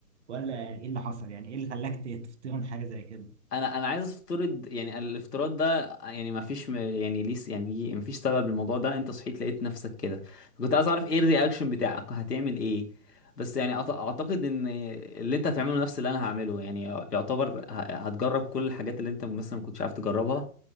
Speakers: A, on the right (about 45°); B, on the left (about 85°).
A: ولا يعني ايه اللي حصل يعني ايه اللي خلاك ت- تفترض حاجه زي كده
B: انا انا عايز افترض يعني الافتراض ده يعني ما فيش م- يعني ليس يعني ليه ما فيش سبب للموضوع ده انت صحيت لقيت نفسك كده كنت عايز اعرف ايه الرياكشن بتاعك هتعمل ايه بس يعني أعت- اعتقد ان اللي انت هتعمله نفس اللي انا هعمله يعني يعتبر ه- هتجرب كل الحاجات اللي انت مثلا ما كنتش عارف تجربها